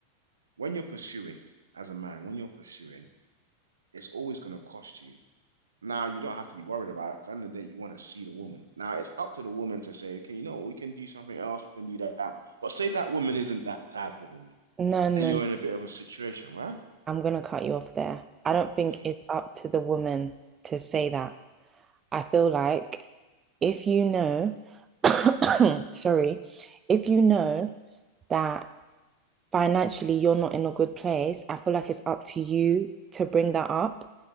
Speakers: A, on the right (about 70°); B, on the right (about 20°).
A: when you're pursuing as a man, when you're pursuing, it's always going to cost you. Now, you don't have to be worried about it because at the end of the day, you want to see the woman. Now, it's up to the woman to say, okay, you know we can do something else, we can do that. But say that woman isn't that type of woman,
B: <laughs> no no
A: then you're in a bit of a situation, right?
B: I'm gonna cut you off there. I don't think
A: Hmm,
B: it's up to the woman to say that. I feel like if you know, <coughs> sorry, if you know
A: sure.
B: that financially you're not in a good place, I feel like it's up to you to bring that up.